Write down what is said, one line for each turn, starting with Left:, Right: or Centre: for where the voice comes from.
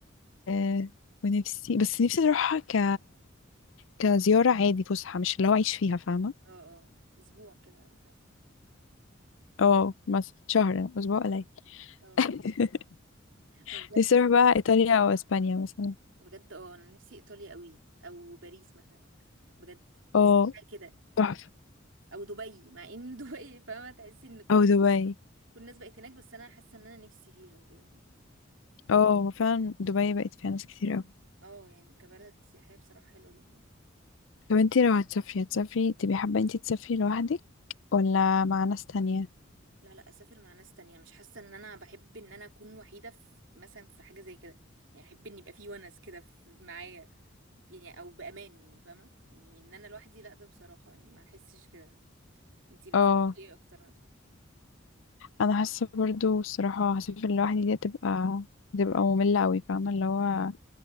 Left: آه، ونفسي بس نفسي اروحها ك كزياره عادي فسحه مش اللي هو اعيش فيها فاهمه
Right: اه اه اسبوع كده ولا حاجة
Left: اه مثلا شهر اسبوع قليل
Right: اه اه
Left: <laughs>
Right: بجد
Left: نفسي اروح بقى ايطاليا او اسبانيا مثلا
Right: بجد اه انا نفسي ايطاليا قوي او باريس مثلا بجد
Left: اه
Right: نفسي حاجه كده
Left: تحفة
Right: او دبي مع ان <laughs> دبي فاهمه تحسي ان كل
Left: او دبي
Right: كل الناس بقت هناك بس انا حاسه ان انا نفسي فيها كده
Left: اه فعلا دبي بقت فيها ناس كتير اوي
Right: اه يعني كبلد سياحيه بصراحه حلوه جدا
Left: طب انتي لو هتسافري هتسافري تبقي حابة انتي تسافري لوحدك ولا مع ناس تانية
Right: لا لا اسافر مع ناس تانية مش حاسه ان انا بحب ان انا اكون وحيده في مثلا في حاجه زي كده يعني احب ان يبقى في ونس كده في- معايا يعني او بامان يعني فاهمه يعني ان انا لوحدي لا ده بصراحه يعني ما احسش كده انتي بتفضلي
Left: اه
Right: ايه اكتر مثلا
Left: انا حاسة برضو الصراحة هسافر لوحدي دي تبقى تبقى مملة اوي فاهمة اللي هو